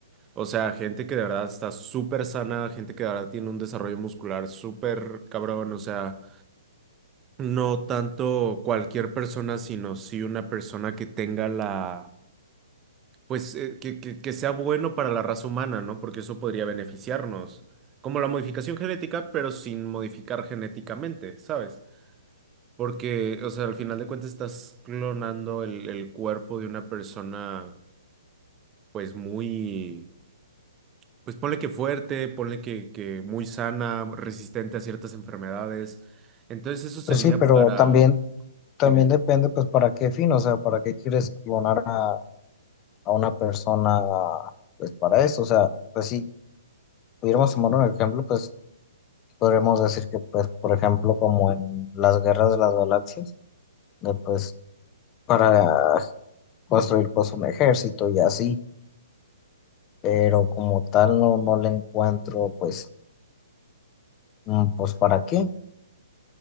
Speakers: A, on the right (about 20°); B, on the left (about 25°).
A: O sea, gente que de verdad está súper sana, gente que de verdad tiene un desarrollo muscular súper cabrón. O sea, no tanto cualquier persona, sino sí una persona que tenga la pues eh, que, que- que sea bueno para la raza humana, ¿no? Porque eso podría beneficiarnos, como la modificación genética, pero sin modificar genéticamente, ¿sabes? Porque, o sea, al final de cuentas estás clonando el, el cuerpo de una persona, pues muy, pues ponle que fuerte, ponle que, que muy sana, resistente a ciertas enfermedades. Entonces eso sería
B: Pues sí, pero
A: para,
B: también, también
A: dime,
B: depende pues para qué fin, o sea, para qué quieres clonar a, a una persona pues para eso, o sea, pues si pudiéramos tomar un ejemplo, pues podríamos decir que pues por ejemplo como en las guerras de las galaxias, de, pues para construir pues un ejército y así, pero como tal no, no le encuentro pues, mm, pues para qué,